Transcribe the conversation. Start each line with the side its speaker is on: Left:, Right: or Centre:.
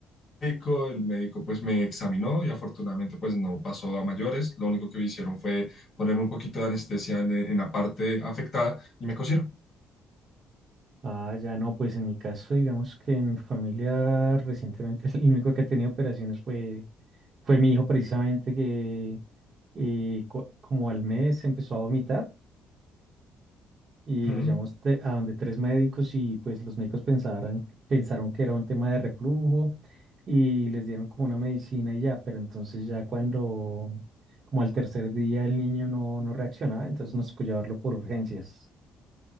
Left: médico, el médico pues me examinó y afortunadamente pues no pasó a mayores, lo único que hicieron fue ponerme un poquito de anestesia en, en la parte afectada y me cosieron.
Right: Ah, ya no, pues en mi caso, digamos que mi familia recientemente <laughs> el único que ha tenido operaciones fue, fue mi hijo precisamente que eh, co- como al mes empezó a vomitar y
Left: Ujú.
Right: lo llevamos te- a donde tres médicos y pues los médicos pensaron, pensaron que era un tema de reflujo y les dieron como una medicina y ya, pero entonces ya cuando como al tercer día el niño no, no reaccionaba, entonces nos tocó llevarlo por urgencias.